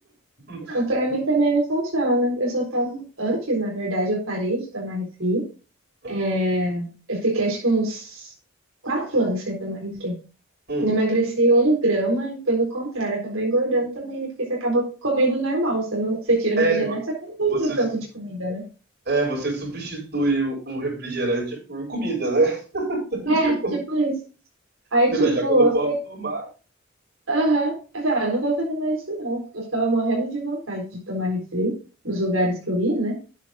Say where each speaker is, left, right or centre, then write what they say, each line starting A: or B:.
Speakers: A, on the right; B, on the right.
A: <laughs>
B: Não, pra mim também não funciona. Eu só tomo antes, na verdade, eu parei de tomar refri.
A: Aham.
B: É, Eu fiquei acho que uns quatro anos sem tomar refri.
A: Hum.
B: Não emagreci um grama e, pelo contrário, acabei engordando também, né? Porque você acaba comendo normal, você não, você tira o
A: É,
B: refrigerante,
A: vo-
B: só que não tem
A: você,
B: o tanto
A: sub-
B: de comida, né?
A: é, você substitui o, o refrigerante por comida, né? <laughs>
B: É,
A: Tipo,
B: tipo isso. Aí,
A: você
B: tipo,
A: vai, já que eu não posso
B: eu falei,
A: tomar.
B: aham. Eu falei, ah, não vou fazer mais isso não, porque eu ficava morrendo de vontade de tomar refri nos lugares que eu ia, né?